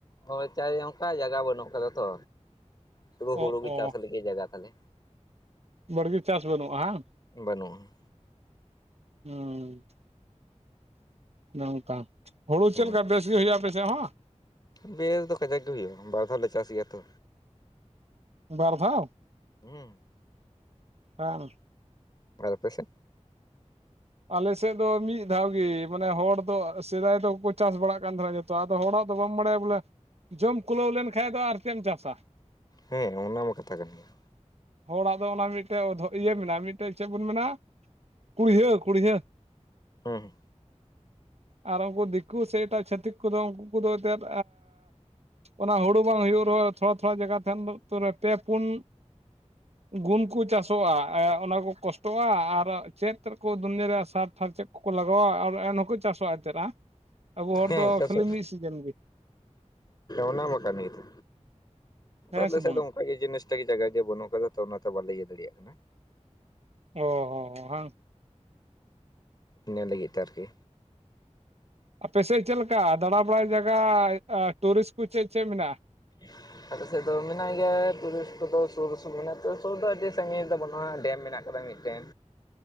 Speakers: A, on the left; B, on the right.
A: ᱦᱳᱭ ᱪᱟ ᱚᱱᱠᱟ ᱡᱟᱭᱜᱟ ᱵᱟᱹᱱᱩᱜ ᱟᱠᱟᱫᱟ ᱛᱚ ᱥᱩᱫᱩ ᱦᱩᱲᱩ
B: ᱚ
A: ᱜᱮ
B: ᱚ
A: ᱪᱟᱥ ᱞᱟᱹᱜᱤᱫ ᱡᱟᱭᱜᱟ ᱛᱟᱦᱟᱞᱮ
B: ᱵᱟᱲᱜᱮ ᱪᱟᱥ ᱵᱟᱹᱱᱩᱜ-ᱟ ᱦᱩᱸ
A: ᱵᱟᱹᱱᱩᱜᱼᱟ
B: ᱾ ᱱᱚᱝᱠᱟ ᱦᱩᱲᱩ ᱪᱮᱫᱞᱮᱠᱟ
A: ᱦᱮᱸ
B: ᱵᱮᱥ ᱜᱮ ᱦᱩᱭᱩᱜ-ᱟ ᱟᱯᱮᱥᱮᱫ ᱦᱚᱸ?
A: ᱵᱮᱥ ᱫᱚ ᱠᱟᱡᱟᱠ ᱜᱮ ᱦᱩᱭᱩᱜ-ᱟ ᱵᱟᱨ ᱫᱷᱟᱣ ᱞᱮ ᱪᱟᱥ ᱜᱮᱭᱟ ᱛᱚ᱾
B: ᱵᱟᱨ ᱫᱷᱟᱣ
A: ᱦᱩᱸ
B: ᱵᱟᱝ
A: ᱵᱟ ᱯᱮᱥᱮᱱ
B: ᱟᱞᱮᱥᱮᱫ ᱫᱚ ᱢᱤᱫ ᱫᱷᱟᱣᱜᱤ ᱢᱟᱱᱮ ᱦᱚᱲ ᱫᱚ ᱥᱮᱫᱟᱭ ᱫᱚᱠᱚ ᱪᱟᱥ ᱵᱟᱲᱟᱜ ᱠᱟᱱ ᱛᱟᱦᱮᱱᱟ ᱟᱫᱚ ᱦᱚᱲᱟᱜ ᱫᱚ ᱵᱟᱢ ᱵᱟᱲᱟᱭᱟ ᱵᱚᱞᱮ ᱡᱚᱢ ᱠᱩᱞᱟᱹᱣ ᱞᱮᱱᱠᱷᱟᱡ ᱫᱚ ᱟᱨ ᱪᱮᱫ ᱮᱢ ᱪᱟᱥᱟ ᱾
A: ᱦᱮᱸ ᱚᱱᱟ ᱢᱟ ᱠᱟᱛᱷᱟ ᱠᱟᱱ ᱜᱮᱭᱟ
B: ᱦᱚᱲᱟᱜ ᱫᱚ ᱚᱱᱟ ᱢᱤᱫᱴᱮᱡ ᱤᱭᱟᱹ ᱢᱮᱱᱟᱜ-ᱟ ᱢᱤᱫᱴᱮᱡ ᱪᱮᱫ ᱵᱚᱱ ᱢᱮᱱᱟ ᱠᱩᱲᱭᱟᱹ ᱠᱩᱲᱦᱟᱹ
A: ᱦᱮᱸ
B: ᱟᱨ ᱩᱱᱠᱩ ᱫᱤᱠᱩ ᱥᱮ ᱮᱴᱟᱜ ᱪᱷᱟᱹᱛᱤᱠ ᱠᱚᱫᱚ ᱩᱱᱠᱩ ᱠᱚᱫᱚ ᱮᱱᱛᱮᱫ ᱚᱱᱟ ᱦᱩᱲᱩ ᱵᱟᱝ ᱦᱩᱭᱩᱜ ᱨᱮᱦᱚᱸ ᱛᱷᱚᱲᱟ ᱛᱷᱚᱲᱟ ᱡᱟᱭᱜᱟ ᱛᱟᱦᱮᱱ ᱯᱮ ᱯᱩᱱ ᱜᱩᱱ ᱠᱚ ᱪᱟᱥᱚᱜ-ᱟ ᱚᱱᱟ ᱠᱚ ᱠᱚᱥᱴᱚᱜ-ᱟ ᱟᱨ ᱪᱮᱫ ᱫᱩᱱᱭᱤᱭᱟᱹ ᱨᱮᱭᱟᱜ ᱥᱟᱨ ᱛᱷᱟᱨ ᱪᱮᱫ ᱠᱚᱠᱚ ᱞᱟᱜᱟᱣᱟ ᱟᱨ ᱮᱱᱦᱚᱸᱠᱚ ᱪᱟᱥᱚᱜ-ᱟ ᱪᱮᱫ-ᱟ ᱟᱵᱚ ᱦᱚᱲ
A: ᱦᱮᱸ
B: ᱫᱚ
A: ᱪᱟᱥᱚᱜ
B: ᱠᱷᱟᱹᱞᱤ ᱢᱤᱫ ᱥᱤᱡᱮᱱ ᱜᱮ
A: ᱚᱱᱟ ᱢᱟ ᱠᱟᱱᱜᱮᱛᱚ
B: ᱦᱮᱸ
A: ᱟᱞᱮ
B: ᱥᱮ
A: ᱥᱮᱫ
B: ᱵᱟᱝ
A: ᱫᱚ ᱵᱷᱟᱜᱤ ᱡᱤᱱᱤᱥ ᱡᱟᱭᱜᱟ ᱜᱮ ᱵᱟᱹᱱᱩᱜ ᱟᱠᱟᱫᱟ ᱛᱚ ᱚᱱᱟᱛᱮ ᱵᱟᱞᱮ ᱤᱭᱟᱹ ᱫᱟᱲᱮᱭᱟᱜ ᱠᱟᱱᱟ
B: ᱚ ᱦᱚᱸ ᱦᱚ ᱵᱟᱝ
A: ᱤᱱᱟᱹ ᱞᱟᱹᱜᱤᱫ ᱛᱮ ᱟᱨᱠᱤ
B: ᱟᱯᱮ ᱥᱮᱫ ᱪᱮᱫᱞᱮᱠᱟ ᱫᱟᱬᱟ ᱵᱟᱲᱟᱭ ᱡᱟᱭᱜᱟ ᱴᱩᱨᱤᱥᱴ ᱠᱚ ᱪᱮᱫ ᱪᱮᱫ ᱢᱮᱱᱟᱜ-ᱟ
A: <unintelligible> ᱟᱞᱮ ᱥᱮᱫ ᱫᱚ ᱢᱮᱱᱟᱜ ᱜᱮᱭᱟ ᱴᱩᱨᱤᱥᱴ ᱠᱚᱫᱚ ᱥᱩᱨ ᱩᱥᱩᱨ ᱢᱮᱱᱟᱜ-ᱟ ᱛᱚ ᱥᱩᱨᱫᱚ ᱟᱹᱰᱤ ᱥᱟᱺᱜᱤᱧ ᱫᱚ ᱵᱟᱹᱱᱩᱜ-ᱟ ᱰᱮᱢ ᱢᱮᱱᱟᱜ ᱢᱤᱫᱴᱮᱱ